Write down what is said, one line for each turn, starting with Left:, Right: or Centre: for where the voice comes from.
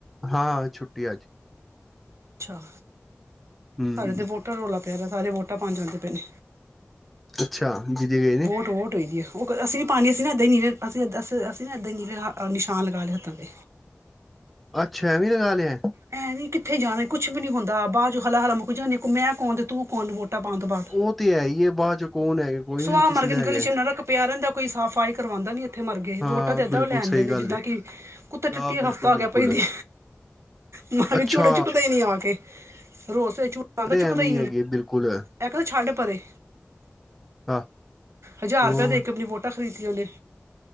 Centre: ਹਾਂ, ਛੁੱਟੀ ਅੱਜ।
Right: ਅੱਛਾ,
Centre: ਹਮ
Right: ਸਾਡੇ ਤੇ ਵੋਟਾਂ ਦਾ ਰੌਲਾ ਪਿਆ ਦੈ, ਸਾਰੇ ਵੋਟਾਂ ਪਾਨ ਜਾਂਦੇ ਪਏ ਨੇ।
Centre: ਅੱਛਾ ਜੀਜੇ ਗਏ ਨੇ
Right: ਵੋਟ-ਵੋਟ ਹੋਈ ਦੀ ਐ। ਉਹ ਅਸੀਂ ਵੀ ਪਾਣੀ, ਅਸੀਂ ਨਾ ਏਦਾਂ ਨੀਲੇ ਅਸੀਂ ਅਸ, ਅਸੀਂ ਨਾ ਏਦਾਂ ਈ ਨੀਲੇੇ ਆ, ਨਿਸ਼ਾਨ ਲਗਾ ਲਏ ਹੱਥਾਂ ਤੇ।
Centre: ਅੱਛਾ, ਐਵੇ ਈ ਲਗਾ ਲਿਆ ਏ?
Right: ਐਂ ਵੀ ਕਿੱਥੇ ਜਾਣਾ, ਕੁਛ ਵੀ ਨੀ ਹੁੰਦਾ, ਬਾਅ ਚੋਂ ਹਲਾ-ਹਲਾ ਮੁੱਕ ਜਾਂਦੀ, ਮੈਂ ਕੌਣ ਤੇ ਤੂੰ ਕੌਣ ਵੋ ਟਾਂ ਪਾਣ ਤੋਂ ਬਾਅਦ,
Centre: ਉਹ ਤੇ ਹੈ ਹੀ ਹੈ ਬਾਅਦ ਚ ਕੌਣ ਹੈਗਾ ਕੋਈ ਵੀ
Right: ਸੁਆਹ
Centre: ਨੀ ਕਿਸੇ
Right: ਮਰਗੇ
Centre: ਦਾ
Right: ਨੇ
Centre: ਹੈਗਾ
Right: ਗਲੀ ਇੱਚ ਨਰਕ ਪੈਆ ਰੇਂਦਾ ਏ, ਕੋਈ ਸਾਫ਼ਾਈ ਕਰਵਾਂਦਾ ਨੀ, ਇੱਥੇ ਮਰਗੇ,
Centre: ਹਾਂ
Right: ਵੋਟਾਂ ਤੇ ਏਦਾਂ
Centre: ਬਿਲਕੁਲ
Right: ਔਹ ਲੈੈਨ
Centre: ਸਹੀ
Right: ਦੇਨੇ,
Centre: ਗੱਲ
Right: ਜਿੱਦਾਂ ਕਿ ਕੁੱਟੇ
Centre: ਆਹ
Right: ਚਟੀ ਹ
Centre: ਬਿਲਕੁਲ
Right: ਪਾ
Centre: ਬਿਲਕੁਲ
Right: ਗਿਆ ਪਈਦੀ। ਮਰਗੇ
Centre: ਅੱਛਾ
Right: ਚੂੜੇ ਚੂਕਦੇ ਈ ਨੀ ਆ ਕੇ, ਰੋਜ ਸਵੇਰੇ ਚੂੜ ਆਂਦਾ
Centre: ਅਰੇ ਐਵੇਂ
Right: ਚੁੱਕਦਾ ਈ
Centre: ਹੈਗੇ ਬਿਲਕੁਲ।
Right: ਏਹ ਕਵੇਂ ਛੱਡ ਪਰੇ,
Centre: ਹਾਂ
Right: ਹਜ਼ਾਰ
Centre: ਉਹ
Right: ਰੂਪੇਆ ਦੇ ਕੇ ਆਪਣੀ ਵੋ ਟਾਂ ਖਰੀਦੀਆਂ ਉਹਨੇ,